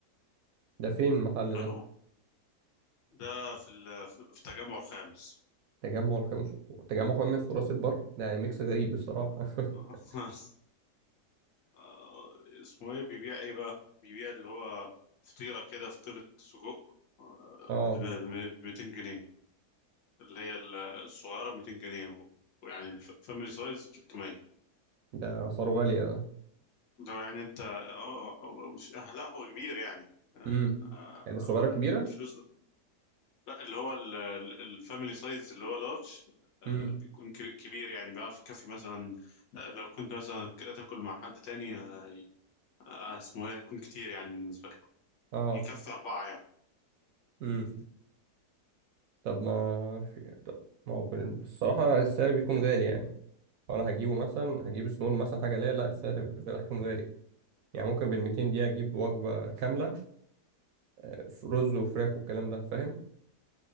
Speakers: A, on the right (about 70°); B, on the left (about 65°).
A: ده فين المحل
B: آه،
A: ده
B: ده في ال- في التجمع الخامس
A: تجمع الخامس تجمع خامس وراس البر ده يعني ميكس غريب الصراحه
B: <laughs>
A: <laughs>
B: آه، اسمه ايه بيبيع ايه بقى بيبيع اللي هو فطيرة كده فطيرة سجق آه،
A: اه
B: ب 200 جنيه اللي هي ال- الصغيرة ب 200 جنيه و- ويعني الفاميلي سايز ب 300
A: ده اسعاره غاليه ده
B: لو يعني انت اه اه، مش اه، لا هو كبير يعني اه،
A: امم
B: اه،
A: يعني
B: اه،
A: الصغيره كبيره
B: الفلوس لا اللي هو ال- ال- الفاميلي سايز اللي هو لارج
A: امم
B: بيكون كب- كبير يعني بيعرف يكفي مثلا اه، لو كنت مثلا ك- تاكل مع حد تاني اه، ي- اه، اسمه ايه هيكون كتير يعني بالنسبة لكم
A: اه
B: يكفي أربعة يعني
A: امم طب ما في طب ما هو بال- بصراحه السعر بيكون غالي يعني انا هجيبه مثلا هجيب سنون مثلا حاجه ليا لا السعر بيكون غالي يعني ممكن بال 200 دقيقة أجيب وجبة كاملة آه، رز وفراخ والكلام ده فاهم